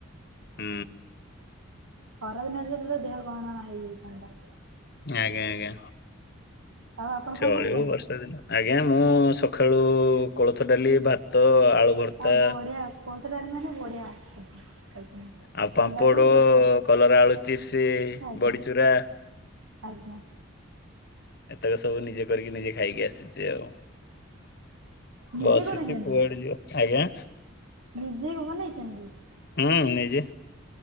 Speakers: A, on the left; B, on the right.
A: ଉଁ।
B: ଖରା ଦିନରେ ଦେହ କଣ ହେଇଯାଇଥାନ୍ତା।
A: ଆଜ୍ଞା ଆଜ୍ଞା।
B: ଆଉ ଆପଣ
A: ଚଳିବ
B: କଣ ଖାଇଛନ୍ତି?
A: ବର୍ଷା ଦିନ। ଆଜ୍ଞା ମୁଁ ସକାଳୁ କୋଳଥ ଡାଲି, ଭାତ ଆଳୁ, ଭର୍ତ୍ତା
B: ଆଉ ବଢିଆ କୋଳଥ ଡାଲି ମାନେ ବଢିଆ। କରିଛନ୍ତି।
A: ଆଉ ପାମ୍ପଡ,
B: ଅଣ୍ଡାକୁ କୋଳଥ ଡାଲି
A: କଲରା ଆଳୁ ଚିପ୍ସ,
B: ଟା ଆଜ୍ଞା
A: ବଡିଚୁରା
B: ଆଜ୍ଞା।
A: ଏତକ ସବୁ ନିଜେ କରିକି ନିଜେ ଖାଇକି ଆସିଚି ଆଉ।
B: ନିଜେ
A: ବସିଚି
B: କରିଛନ୍ତି
A: କୁଆଡେ ଯିବ, ଆଜ୍ଞା।
B: ନିଜେ ବନେଇଛନ୍ତି
A: ହୁଁ ନିଜେ।